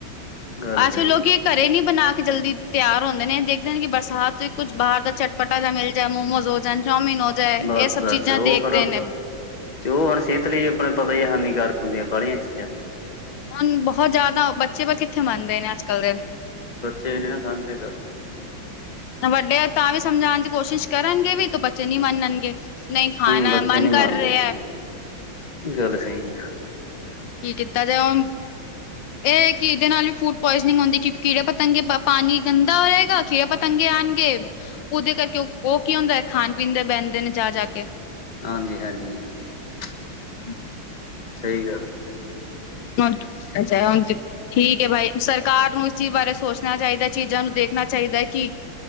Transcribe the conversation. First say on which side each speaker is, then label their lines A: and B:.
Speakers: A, on the left; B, on the left.
A: ਗੱਲ
B: ਅਜ
A: ਸਹੀ
B: ਕਲ ਲੋਕੀ
A: ਹੈ
B: ਘਰੇ ਨੀ ਬਣਾ ਕੇ ਜਲਦੀ ਤਿਆਰ ਹੁੰਦੇ ਨੇ ਜੇ ਕਿ ਬਰਸਾਤ 'ਚ ਕੁੱਝ ਬਾਹਰ ਦਾ ਚਟਪਟਾ ਜਾ ਮਿਲ ਜਾਏ ਮੋਮੋਜ਼ ਹੋ ਜਾਣ ਚੋਮਿਨ ਹੋ ਜਾ ਇਹ
A: ਬਸ
B: ਸਭ
A: ਬਸ
B: ਚੀਜ਼ਾਂ
A: ਉਹ
B: ਦੇਖਦੇ
A: ਫਿਰ
B: ਨੇ
A: ਤੇ ਔਹ ਸੇਹਤ ਲਈ ਆਪਣੇ ਪਤਾ ਹੀ ਹਾਨੀਕਾਰਕ ਹੁੰਦੀਆਂ ਬਾਹਲੀਆਂ ਚੀਜ਼ਾਂ
B: ਹੁਣ ਬਹੁਤ ਜ਼ਿਆਦਾ ਬੱਚੇ ਪਰ ਕਿੱਥੇ ਮੰਨਦੇ ਨੇ ਅੱਜ- ਕੱਲ੍ਹ ਦੇ
A: ਬੱਚੇ ਨਹੀਂ ਨਾ ਸਮਝਦੇ ਗੱਲ
B: ਵੱਡੇ ਤਾਂ ਵੀ ਸਮਝਾਂਨ ਦੀ ਕੋਸ਼ਿਸ਼ ਕਰਨਗੇ ਵੀ ਤੇ ਬੱਚੇ ਨੀ ਮੰਨਨਗੇ। ਨਹੀਂ ਖਾਨਾ
A: ਬੱਚੇ
B: ਏ ਮਨ
A: ਨਹੀਂ ਮੰਨਦੇ
B: ਕਰ ਰਿਹਾ।
A: ਗੱਲ ਸਹੀ ਆ।
B: ਕੀ ਕੀਤਾ ਜਾਏ ਹੁਨ ਐ ਹੈ ਕਿ ਇਹਦੇ ਨਾਲ ਵੀ ਫੂਡ ਪੁਆਇਜਨਿੰਗ ਹੁੰਦੀ ਕਿਉ ਕੀੜੇ ਪਤੰਗੇ ਪਾਨੀ ਗੰਦਾ ਹੋ ਜਾਏਗਾ ਕੀੜੇ ਪਤੰ ਤੰਗੇ ਆਣਗੇ ਓਹਦੇ ਕਰਕੇ ਓਹ ਕੀ ਹੁੰਦਾ ਖਾਨ ਪੀਨ ਦੇ ਬਹਿੰਦੇ ਨੇ ਜਾ- ਜਾ ਕੇ
A: ਹਾਂਜੀ- ਹਾਂਜੀ <inaudible> ਸਹੀ ਗੱਲ
B: ਹੁਨ ਅੱਜ ਐ ਹੁਨਦੀ। ਠੀਕ ਐ ਬਾਈ ਸਰਕਾਰ ਨੂੰ ਇਸ ਚੀਜ਼ ਬਾਰੇ ਸੋਚਨਾ ਚਾਹੀਦਾ ਚੀਜ਼ਾਂ ਨੂੰ ਦੇਖਨਾ ਚਾਹੀਦਾ ਐ ਕਿ